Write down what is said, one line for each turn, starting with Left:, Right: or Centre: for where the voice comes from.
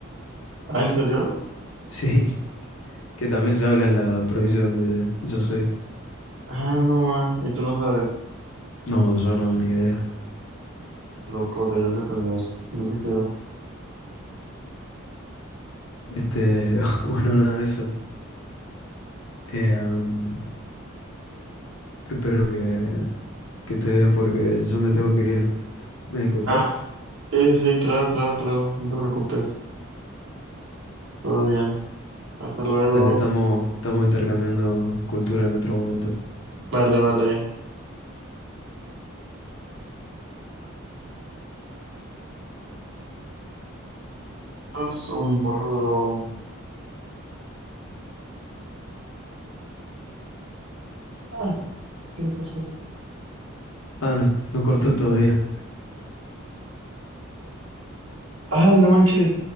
Right: ¿Ah, en serio?
Left: Sí, <laughs> que también se habla en la provincia donde yo soy.
Right: Ah, no, ma. Y tú no sabes.
Left: No, yo no, ni idea.
Right: Loco, deberías de aprender. Yo quisiera.
Left: Este, <laughs> bueno, nada, eso. Eh, am, espero que, que estés bien porque yo me tengo que ir. ¿Me disculpas?
Right: Ah. Sí, sí, sí, claro, claro, claro. No te preocupes. Todo bien. Hasta luego.
Left: Dale, estamos, estamos intercambiando cultura en otro momento.
Right: Vale, vale. Es un boludo. Ah, ¿qué le pasó?
Left: Ah, no, no cortó todavía.
Right: Ay, no manches.